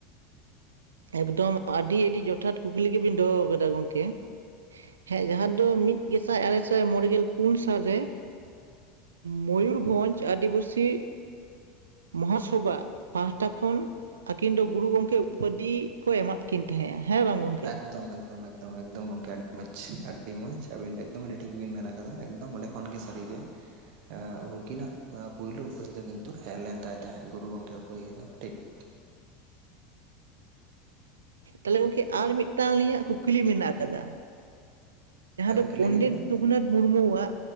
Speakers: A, on the right; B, on the right.
A: ᱮᱠᱫᱚᱢ ᱟᱹᱰᱤ ᱟᱹᱰᱤ ᱡᱚᱛᱷᱟᱴ ᱠᱩᱠᱞᱤ ᱜᱮᱵᱮᱱ ᱫᱚᱦᱚ ᱠᱟᱫᱟ ᱜᱚᱝᱠᱮ ᱾ ᱦᱮᱸ ᱡᱟᱦᱟᱸ ᱫᱚ ᱢᱤᱫ ᱜᱮᱥᱟᱭ ᱟᱨᱮ ᱥᱟᱭ ᱢᱚᱬᱮ ᱜᱮᱞ ᱯᱩᱱ ᱥᱟᱞ ᱨᱮ ᱢᱚᱭᱩᱨᱵᱷᱚᱸᱡᱽ ᱟᱹᱰᱤᱵᱟᱹᱥᱤ ᱢᱚᱦᱟᱥᱚᱵᱷᱟ ᱯᱟᱦᱟᱴᱟ ᱠᱷᱚᱱ ᱟᱹᱠᱤᱱ ᱰᱚ ᱜᱩᱨᱩ ᱜᱚᱝᱠᱮ ᱩᱯᱟᱹᱫᱤ ᱠᱚ ᱮᱢᱟᱜ ᱠᱤᱱ ᱛᱟᱦᱮᱸᱜᱼᱟ ᱦᱮᱸ ᱵᱟᱝ? ᱜᱚᱢᱠᱮ
B: ᱮᱠᱫᱚᱢ ᱮᱠᱫᱚᱢ ᱮᱠ ᱮᱠᱫᱚᱢ ᱮᱠᱫᱚᱢ ᱜᱚᱝᱠᱮ ᱟᱹᱰᱤ ᱢᱚᱸᱡᱽ ᱟᱹᱰᱤ ᱢᱚᱸᱡᱽ ᱟᱹᱵᱤᱱ ᱮᱠᱫᱚᱢ ᱟᱹᱰᱤ ᱴᱷᱤᱠ ᱵᱤᱱ ᱢᱮᱱ ᱠᱟᱫᱟ ᱮᱠᱫᱚᱢ ᱚᱸᱰᱮ ᱠᱷᱚᱱ ᱜᱮ ᱥᱟᱹᱨᱤ ᱜᱮ ᱾ ᱟᱸ ᱩᱱᱠᱤᱱᱟᱜ ᱯᱩᱭᱞᱳ ᱩᱯᱟᱹᱫᱷᱤ ᱫᱚ ᱠᱤᱱᱛᱩ ᱦᱮᱡ ᱞᱮᱱ ᱛᱟᱭ ᱛᱟᱦᱮᱸᱫ ᱜᱩᱨᱩ ᱜᱚᱝᱠᱮ ᱩᱯᱟᱹᱫᱦᱤ ᱫᱚ ᱴᱷᱤᱠ ᱾
A: ᱛᱟᱦᱞᱮ ᱜᱚᱝᱠᱮ ᱟᱨ ᱢᱤᱫᱴᱟᱝ ᱟᱹᱞᱤᱧᱟᱜ ᱠᱩᱠᱞᱤ ᱢᱮᱱᱟᱜ ᱟᱠᱟᱫᱟ? ᱡᱟᱦᱟᱸ
B: ᱦᱮᱸ
A: ᱫᱚ
B: ᱜᱚᱢᱠᱮ
A: ᱯᱚᱱᱰᱤᱛ
B: ᱞᱟᱹᱭ ᱵᱤᱱ ᱢᱟ
A: ᱨᱚᱜᱷᱩᱱᱟᱛᱷ ᱢᱩᱨᱢᱩᱣᱟᱜ